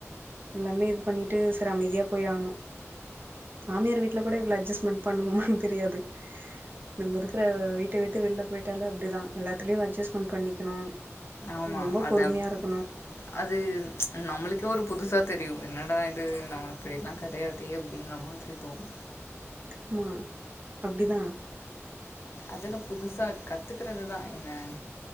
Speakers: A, on the right; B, on the left.
A: எல்லாமே இது பண்ணிட்டு சர அமைதியா போய் ஆண்ணு மாமியார் வீட்ல கூட இவ்ள அட்ஜஸ்ட்மெண்ட் பண்ணுவோமான் தெரியாது நம்ம இருக்கிற வீட்டை விட்டு வெள்ல போய்ட்டால அப்டிதா எல்லாத்துலையு அட்ஜஸ்ட்மெண்ட் பண்ணிக்கணு
B: ஆமாம்
A: ரொம்ப
B: அது
A: பொறுமைய
B: அப்-
A: இருக்
B: அது நம்மளுக்கே ஒரு புதுசா தெரியு என்னடா இது நம்ம இப்படிலா கெடையாதே அப்டின்ன மாதிரி தோணு
A: ஆமா அப்டிதா
B: அதெல்லா புதுசா கத்துக்கற்றதுதா என்ன